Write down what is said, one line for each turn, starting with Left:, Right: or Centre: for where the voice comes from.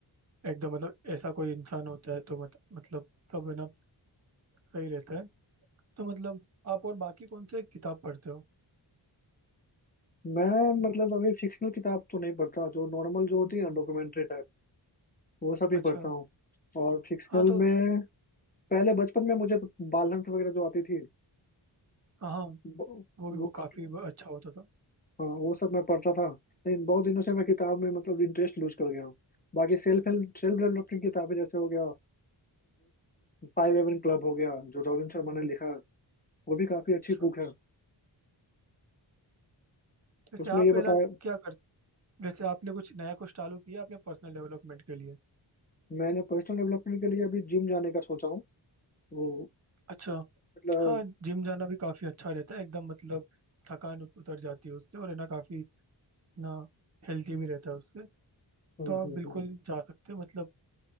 Right: एकदम मतलब ऐसा कोई इंसान होता है तो मत, मतलब सब है ना सही रहता है तो मतलब आप और बाकी कौन से किताब पढ़ते हो
Left: मैं मतलब अभी फिक्शनल किताब तो नहीं पढ़ता जो नॉर्मल जो होती है ना डॉक्यूमेंट्री टाइप वो सब ही
Right: अच्छा
Left: पढ़ता हूँ और फिक्शनल
Right: हाँ तो
Left: में पहले बचपन में मुझे तो बाल हंस वगैरह जो आती थी
Right: हाँ हाँ,
Left: वो
Right: वो भी
Left: वो
Right: वो काफी
Left: सब
Right: ब- अच्छा होता था
Left: हाँ वो सब मैं पढ़ता था लेकिन बहुत दिनों से मैं किताब में मतलब इंटरेस्ट लूज कर गया हूँ बाकी सेल्फ हेल्प सेल्फ डेवलपमेंट की किताबें जैसे हो गया फाइव एवन क्लब हो गया जो रॉबिन शर्मा ने लिखा वो भी काफी अच्छी
Right: अच्छा
Left: बुक है
Right: वैसे
Left: उसमें
Right: आप
Left: ये बताया
Right: है ना क्या कर वैसे आपने कुछ नया कुछ चालू किया अपने पर्सनल डेवलपमेंट के लिए
Left: मैंने पर्सनल डेवलपमेंट के लिए अभी जिम जाने का सोचा हूँ वो
Right: अच्छा
Left: मतलब
Right: हाँ जिम जाना भी काफी अच्छा रहता है एकदम मतलब थकान उत- उतर जाती है उससे और है ना काफी ना हेल्थी भी रहता है उससे
Left: हम्म,
Right: तो आप
Left: हम्म,
Right: बिल्कुल
Left: हम्म।
Right: जा सकते हो मतलब